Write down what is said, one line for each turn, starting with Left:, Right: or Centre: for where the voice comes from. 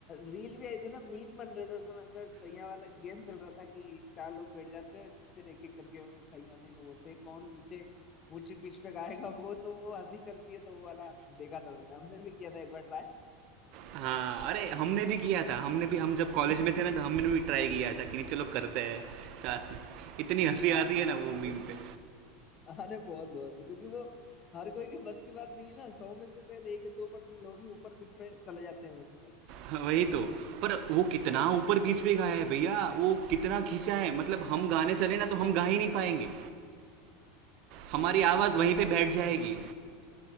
Left: रील भी आई थी ना मीम बन रहे थे उसमें मतलब सैया वाला गेम चल रहा था कि चार लोग बैठ जाते हैं फिर एक एक करके वो सैया सैया बोलते हैं कौन ऊंचे ऊंची पिच पे गाएगा वो तो वो हंसी चलती है तो वो वाला देखा था मैंने हमने भी किया था एक बार ट्राई
Right: हाँ अरे हमने भी किया था हमने भी हम जब कॉलेज
Left: <laughs>
Right: में थे ना तो हमने भी ट्राई किया था कि नहीं चलो करते हैं साथ में इतनी हंसी
Left: हाँ
Right: आती
Left: हाँ
Right: है ना वो
Left: हाँ, लेकिन
Right: मीम पे
Left: अरे बहुत बहुत क्योंकि वो हर कोई के बस की बात नहीं है ना सौ में से शायद एक या दो परसेंट लोग ही ऊपर पिच पे चले जाते हैं उस तक
Right: हाँ, वही तो पर वो कितना ऊपर पीच पे गाया है भैया वो कितना खींचा है मतलब हम गाने चले ना तो हम गा ही नहीं पाएंगे
Left: सही
Right: हमारी
Left: है भाई
Right: आवाज़
Left: सही
Right: वहीं
Left: है
Right: पे
Left: बहुत
Right: बैठ
Left: ऊपर
Right: जाएगी
Left: बन गई।